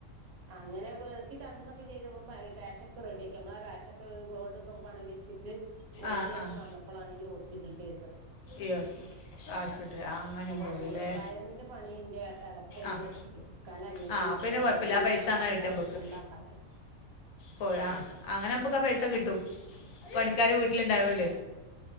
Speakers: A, on the right; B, on the left.
A: അങ്ങനെ അവർ എറക്കി തന്നു വരും മുമ്പ് കാഷൊക്കെ റെഡി ആക്കി നമ്മൾ ആ കാഷോക്കെ ഗോൾഡ് പണം വെച്ചിട്ട് റെഡിയാക്കി
B: ആഹ് ആഹ്
A: വന്ന അപ്പളാണെങ്കിൽ ഹോസ്പിറ്റൽ <unintelligible>
B: യ്യോ ആശുപത്രി അങ്ങനിം
A: കുറച്ചു
B: പോയില്ലേ
A: കൂടെ വയറിങ്ങിന്റെ പണിന്റെ അച്ഛനെന്നെ
B: ആഹ്
A: എടുകയ് ഇക്കാന്റെ അനിയനന്നെ
B: ആഹ് അപ്പ
A: ഇട്ക
B: പിന്നെ
A: ഓന് ഇന്ന്
B: പൈസ
A: രണ്ടാ
B: അങ്ങനെ
A: ൾ
B: കിട്ടും
A: ക്കാരായിട്ട്
B: നമ്മക്ക്
A: ഫുൾ ആക്കണ്ടായിന്ന്
B: പോ ആ അങ്ങനെ നമ്പ ക്കാ ആ പൈസ കിട്ടും പണിക്കാര് വീട്ടിലുണ്ടായോ ണ്ട്